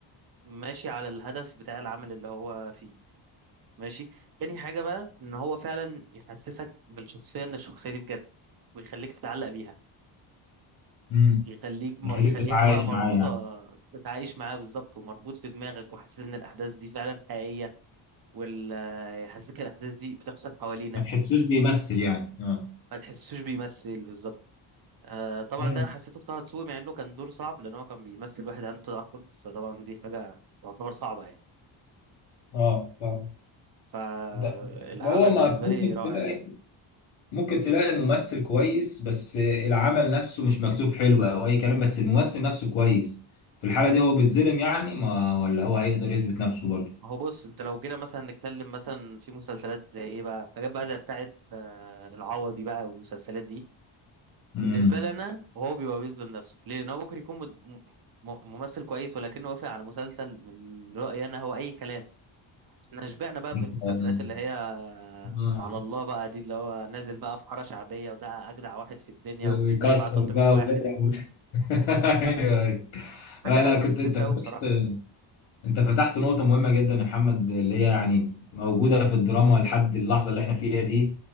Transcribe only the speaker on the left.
امم
يخليك
تتعايش
معاه يعني
ما تحسوش بيمثل يعني اه
امم
اه فاهم
ده هو ما
ممكن
تلاقي
ممكن تلاقي ممثل كويس بس العمل نفسه مش مكتوب حلو او اي كلام بس الممثل نفسه كويس في الحالة دي هو بيتظلم يعني ما ولا هو هيقدر يثبت نفسه برضه
امم
<laughs>
آه.
ويكسر
بقى
ويضرب <laughs> أيوه، أيوه.
لا
كنت انت فاكر
انت فتحت نقطة مهمة جدا يا محمد اللي هي يعني موجودة في الدراما لحد اللحظة اللي احنا فيها دي